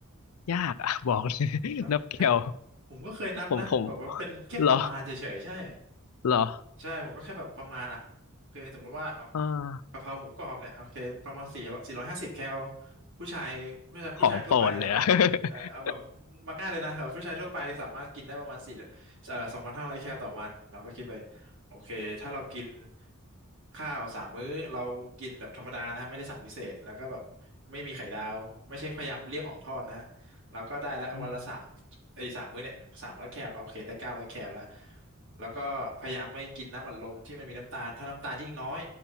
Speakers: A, on the left; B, on the right.
A: ยากอ่ะ <laughs> บอกเลย <laughs>
B: นับแคล
A: นับแคล
B: ผมก็เคยนับนะแบบว่าเป็นแค่ประมาณเฉยๆใช่
A: ผมผมเหรอเหรอ
B: ใช่ผมก็แค่แบบประมาณอ่ะโอเคสมมติว่าเอา
A: อ่า
B: กะเพราหมูกรอบเนี่ยโอเคประมาณสี่สี่ร้อยห้าสิบแคลผู้ชายผู้ชายผู้ชายทั่วไปนะครับเอ่อเอาแบบ
A: ของโปรดเลยอะ <laughs>
B: มาง่ายเลยนะครับผู้ชายทั่วไปสามารถกินได้ประมาณสี่เอ่อสองพันห้าร้อยแคลต่อวันเราก็คิดไปโอเคถ้าเรากินข้าวสามมื้อเรากินแบบธรรมดานะฮะไม่ได้สั่งพิเศษแล้วก็แบบไม่มีไข่ดาวไม่ใช่พยายามเลี่ยงของทอดนะ แล้วก็ได้แล้ววันละสาม
A: อืม
B: ไอ้สามมื้อเนี่ยสามร้อยแคลก็โอเคได้เก้าร้อยแคลแล้วแล้วก็พยายามไม่กินน้ำอัดลมที่มันมีน้ำตาลถ้าน้ำตาลยิ่งน้อย